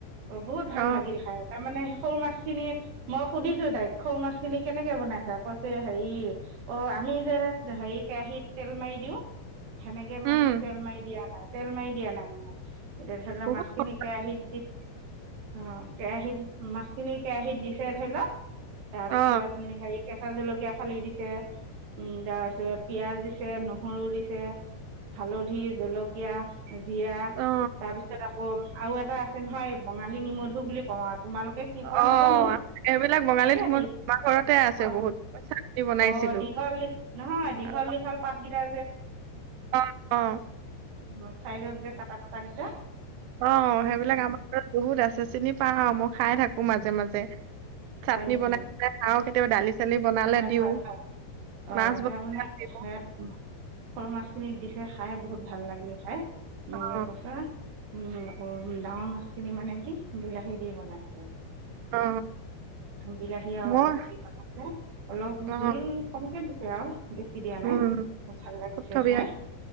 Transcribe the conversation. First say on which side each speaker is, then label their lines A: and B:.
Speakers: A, on the right; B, on the right.
A: বহুত ভাল
B: অ
A: লাগিল খাই তাৰমানে সে সৰু মাছ খিনি মই সুধিছো তাইক সৰু মাছখিনি কেনেকে বনাইছা কৈছে হেৰি, আমি যে হেৰি কেৰাহিত তেল মাৰি দিও সেনেকে মানে
B: উম
A: তেল মাৰি দিয়া নাই তেল মাৰি দিয়া নাই মানে। এতিয়া ধৰি লোৱা
B: বহুত
A: মাছখিনি
B: স-
A: কেৰাহিত দি, অ' কেৰাহিত মাছখিনি কেৰাহিত দি <unintelligible> কেঁচা
B: অ
A: জলকীয়া ফালি দিছে, উম তাৰ পিছত পিয়াজ দিছে নহৰু দিছে। হালধি জলকীয়া জিৰা
B: অ
A: তাৰ পিছত আকৌ আৰু এটা আছে নহয় বঙালী নিমধু বুলি কওঁ আও। তোমালোকে কি কোৱা
B: অ
A: নাজানো।
B: এইবিলাক বঙালী
A: সেইয়াদি।
B: থুমত আমাৰ ঘৰতে আছে
A: হয়।
B: বহুত মই চাটনি বনাইছিলো
A: অ' দীঘল নহয় দী দীঘল
B: অ
A: দীঘল পাত কেইটা
B: অ' অ'।
A: উ। চাইদত যে কাটা কটা কিতা
B: অ' সেইবিলাক আমাৰ ঘৰত বহুত আছে চিনি পাও, মই খাই থাকো মাজে মাজে। চাটনি
A: হয় নেকি
B: বনাই পেলাই খাওঁ কেতিয়াবা দালি চালি বনালে
A: হয়
B: দিওঁ
A: হয় হয় অ'
B: মাছ
A: এতিয়া
B: বনালে
A: মানে
B: দিওঁ
A: সে সৰু মাছ খিনিত দিছে খাই বহুত ভাল লাগিল খাই, এনেকে
B: অ
A: কৈছো। উম আকৌ ডাঙৰ মাছখিনি মানে কি? বিলাহীত দি বনাইছে।
B: অ
A: বিলাহী আৰু
B: মই
A: আলু দি বনাইছে। অলপ
B: অ
A: জোল কমকে দিছে আৰু, বেছি দিয়া নাই।
B: উম
A: খুব ভাল লাগিছে
B: থপথপীয়া
A: খাই।